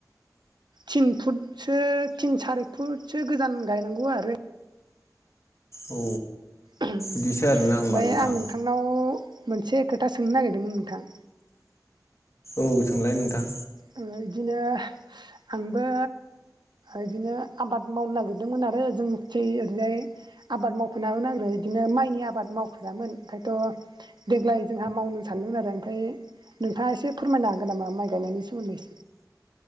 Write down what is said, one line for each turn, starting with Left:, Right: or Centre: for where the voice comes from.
Right: थिन फुटसो थिन सारि फुटसो गोजान गायनांगौ आरो।
Left: औ
Right: ओमफाय
Left: बिदिसो आरोना होमबा नोंथां
Right: आं नोंथांनाव मोनसे खोथा सोंनो नागिरदोंमोन नोंथां।
Left: औ सोंलाय नोंथां।
Right: आंङो इदिनो आंबो इदिनो आबाद मावनो नागिरदोंमोन आरो जोंनिथिं ओरैजाय आबाद मावफेनामोन आंबो बिदिनो माइनि आबाद मावफेरामोन ओमफायथ' देग्लाय जोंहा मावनो सा सानदों आरो ओमफाय नोंथाङा एसे फोरमायनो हागोन नामा माइ गायनायनि सो मोन्दै।